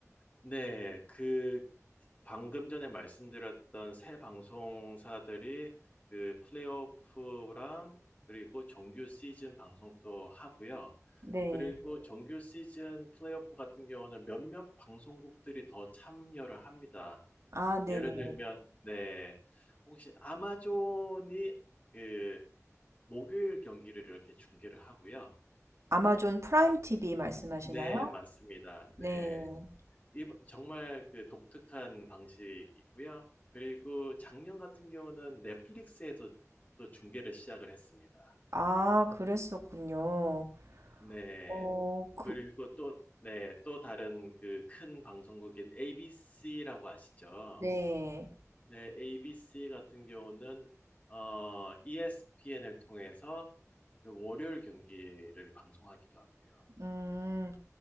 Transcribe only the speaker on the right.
네.
아, 네네.
아마존 프라임 TV 말씀하시나요?
네.
아, 그랬었군요.
어, 그,
네.
음,